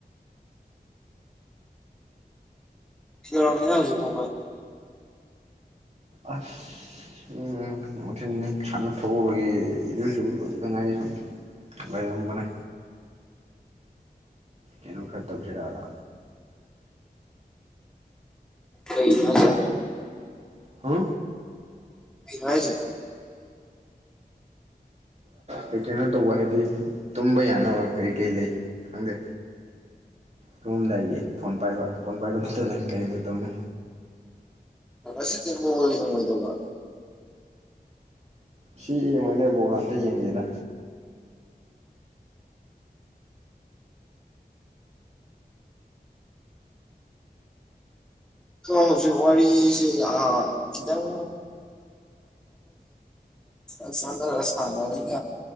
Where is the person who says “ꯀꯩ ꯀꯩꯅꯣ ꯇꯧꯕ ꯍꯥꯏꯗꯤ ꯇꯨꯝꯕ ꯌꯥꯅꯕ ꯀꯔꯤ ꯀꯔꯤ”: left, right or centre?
Right